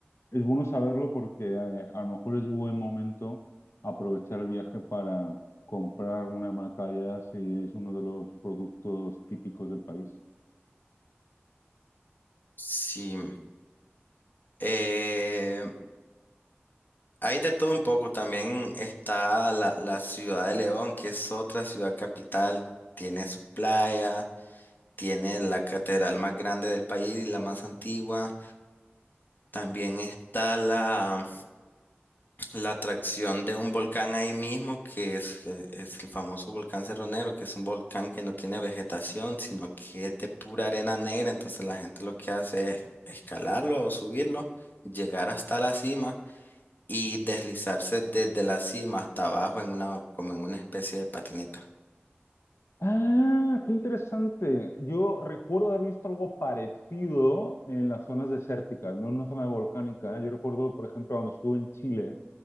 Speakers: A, on the left (about 80°); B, on the left (about 45°).
A: Es bueno saberlo porque eh, a lo mejor es buen momento aprovechar el viaje para comprar una macaya si es uno de los productos típicos del país.
B: Sí, eh, hay de todo un poco. También está la, la ciudad de León, que es otra ciudad capital. Tiene sus playas, tiene la catedral más grande del país y la más antigua. También está la, la atracción de un volcán ahí mismo, que es, eh, es el famoso volcán Cerro Negro, que es un volcán que no tiene vegetación, sino que es de pura arena negra. Entonces la gente lo que hace es escalarlo o subirlo, llegar hasta la cima y deslizarse desde la cima hasta abajo en una, como en una especie de patineta.
A: Ah, qué interesante. Yo recuerdo haber visto algo parecido en las zonas desérticas, no en una zona volcánica. Yo recuerdo, por ejemplo, cuando estuve en Chile,